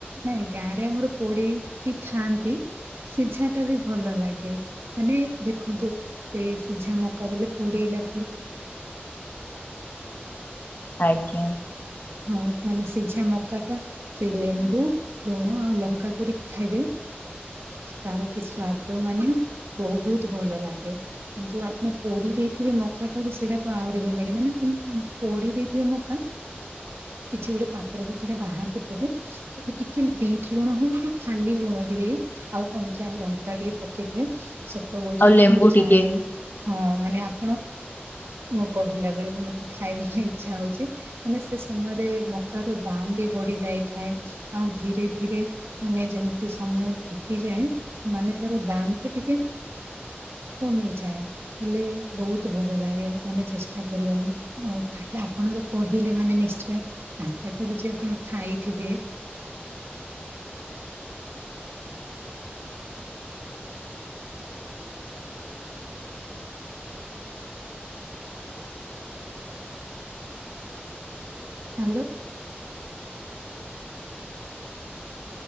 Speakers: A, on the right; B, on the left.
A: ନାଇଁ ଗାଁରେ ଆମର ପୋଡେଇକି ଖାଆନ୍ତି, ସିଝାଟା ବି ଭଲ ଲାଗେ ମାନେ ଦେଖନ୍ତୁ ସେଇ ସିଝା ମ କବିଲ ପୁଡ଼ଲା।
B: ଆଜ୍ଞା
A: ହଉ ମାନେ ସିଝା ମକାଟା। ସେ, ଲେମ୍ବୁ, ଲୁଣ, ଆଉ ଲଙ୍କା କରିକି ଖାଇଦେବେ। ତାର କି ସ୍ଵଦ ମାନେ ବହୁତ ଭଲ ଲାଗେ। କିନ୍ତୁ ଆପଣ ପୋଡି ଦେଇଥିବେ ମକା ଟାକୁ ସେଟା ତ ଆହୁରି ଭଲ ଲାଗେ ମାନେ ପୋଡି ଦେଇଥିବେ ମକା କିଛି ଗୋଟେ ପାତ୍ରକୁ ସେଟା ବାହାର କରିଦେବେ ସେଠି ଟିକେ ବିଟ ଲୁଣ ହଉ କି ଖାଲି ଲୁଣ ବି ହେଇ ଆଉ କଞ୍ଚା ଲଙ୍କା ଟିକେ ପକେଇଦିଏ। ତ
B: ଆଉ
A: ମାନେ
B: ଲେମ୍ବୁ
A: ମୁଁ
B: ଟିକେ
A: ଜାଣିନି ହଁ ମାନେ ଆପଣ ମୁଁ କହିଲା ବେଳେ ବି ମତେ ଖାଇବା ପାଇଁ ଇଚ୍ଛା ହଉଛି ମାନେ ସେ ସମୟରେ ମକାର ଦାମ୍ ବି ବଢି ଯାଇଥାଏ। ଆଉ ଧୀରେ ଧୀରେ ମାନେ ଯେମିତି ସମୟ ବିତିଯାଏ। ମାନେ ତର ଦାମ ତ ଟିକେ କମିଯାଏ। ହେଲେ ବହୁତ ଭଲ ଲାଗେ ମାନେ ଚେଷ୍ଟା କରିବା ମୁ ହଉ ତାହେଲେ ଆପଣ ତ କହିଲେ ମାନେ ନିଶ୍ଚୟ ଆଶା କରୁଛି ଆପଣ ଖାଇଥିବେ। ହ୍ୟାଲୋ